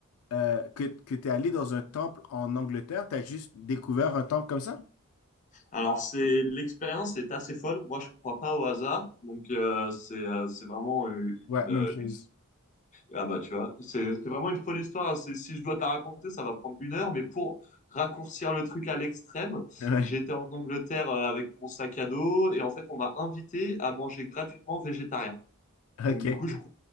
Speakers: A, on the left; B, on the left.
A: euh, que, que tu es allé dans un temple en Angleterre, tu as juste découvert un temple comme ça?
B: Alors, c'est, l'expérience est assez folle. Moi, je crois pas au hasard. Donc, euh, c'est, euh, c'est vraiment une,
A: Ouais,
B: une
A: même chose.
B: Ah bah tu vois, c'est c'est vraiment une folle histoire. hein. C'est- Si je dois te la raconter, ça va prendre une heure, mais pour raccourcir le truc à l'extrême,
A: Ouais,
B: j'étais en Angleterre euh, avec mon sac à dos et en fait on m'a invité à manger gratuitement végétarien.
A: <laughs> ok,
B: Donc du coup,
A: cool.
B: je,